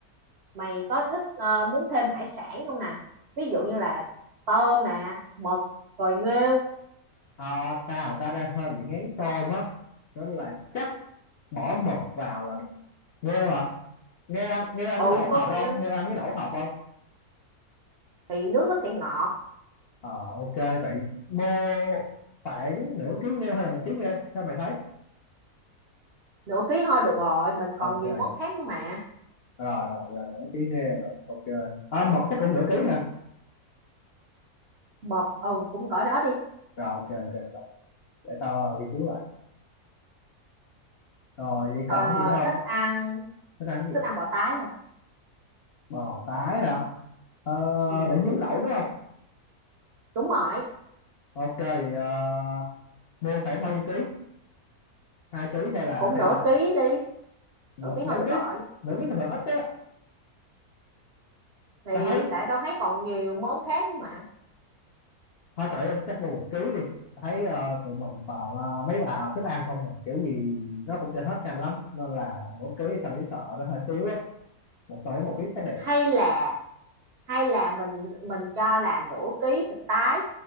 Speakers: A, on the right (about 60°); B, on the left (about 55°).
A: mày có thích ờ, muốn thêm hải sản không nè ví dụ như là tôm nè mực rồi nghêu
B: ờ, tao tao đang hơi bị ngán tôm á nên là chắc bỏ mực vào là được nghêu hả nghêu ăn nghêu ăn
A: ừ
B: cái lẩu
A: có
B: hộp
A: nghêu
B: không nghêu ăn cái lẩu hộp không
A: thì nước nó sẽ ngọt
B: ờ ok vậy mua khoảng nửa ký nghêu hay là một ký nghêu theo mày thấy
A: nửa ký thôi được rồi mình còn
B: ok
A: nhiều món khác nữa mà
B: rồi rồi vậy là nửa ký nêu rồi ok à, mực chắc cũng nửa ký ha
A: mực ừ cũng cỡ đó đi
B: rồi ok ok rồi. để tao ờ, ghi chú lại rồi vậy
A: Ờ,
B: còn gì nữa không
A: thích ăn
B: thích ăn gì
A: thích ăn bò tái không
B: bò tái hả ờ,
A: ừ
B: để
A: hứ,
B: nướng lẩu đúng không
A: đúng rồi
B: ok vậy ờ, mua khoảng bao nhiêu ký hai ký hay là
A: cũng
B: hay
A: nửa
B: là
A: ký đi
B: nửa,
A: nửa ký
B: nửa
A: thôi được
B: ký
A: rồi
B: nửa ký thường ít á
A: thì
B: tao thấy
A: tại tao thấy còn nhiều món khác nữa mà
B: thôi tại chắc mua một ký đi Tao thấy ờ, tụi mình toàn ờ, mấy bà thích ăn không mà kiểu gì nó cũng sẽ hết nhanh lắm nên là nửa ký tao nghĩ sợ nó hơi thiếu á một tới một ký chắc đẹp
A: hay là hay là mình mình cho là nửa ký thịt tái